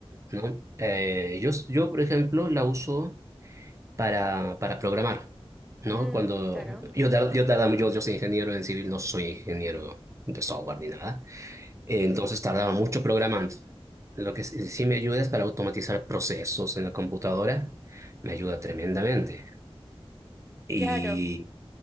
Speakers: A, on the right; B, in the centre.
A: ¿no? Eh, yo, yo, por ejemplo, la uso. para, para programar, ¿no?
B: Mm,
A: Cuando
B: claro,
A: yo, tar- yo tardaba, yo, yo soy ingeniero en civil, no soy ingeniero de software ni nada, Eh, entonces tardaba mucho programando. Lo que sí sí me ayuda es para automatizar procesos en la computadora, me ayuda tremendamente. Y
B: claro.